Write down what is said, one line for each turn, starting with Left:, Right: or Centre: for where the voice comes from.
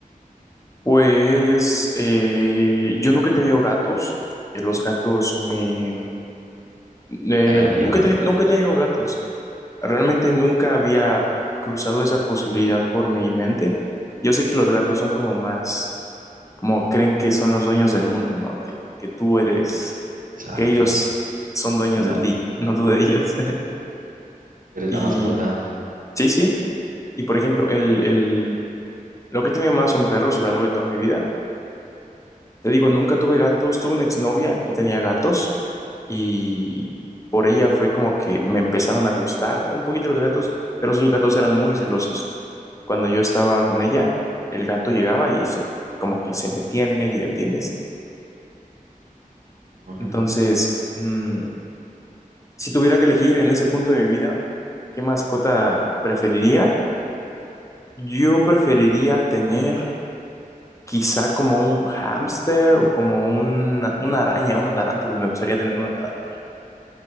Left: Pues eh, yo nunca he tenido gatos. Eh, los gatos me... eh,
Right: Te dan alergia,
Left: nunca,
Right: meme.
Left: he te- nunca he tenido gatos. Realmente nunca había cruzado esa posibilidad por mi mente. Yo sé que los gatos son como más, como creen que son los dueños del mundo, ¿no? Que, que tú eres.
Right: Exacto.
Left: que ellos son dueños
Right: La,
Left: de ti, <laughs> no tú de ellos. <laughs>
Right: pero es
Left: Y
Right: la mascota.
Left: sí, sí. Y por ejemplo, el, el, lo que he tenido más son perros a lo largo de toda mi vida. Te digo, nunca tuve gatos. Tuve una exnovia que tenía gatos y por ella fue como que me empezaron a gustar un poquito los gatos, pero sus gatos eran muy celosos. Cuando yo estaba con ella, el gato llegaba y se, como que se metía en medio, ¿entiendes?
Right: Ujú.
Left: Entonces, mm, Si tuviera que elegir en ese punto de mi vida, ¿qué mascota preferiría? Yo preferiría tener quizá como un hámster o como una, una araña, una tarántula. Me gustaría tener una tarántula.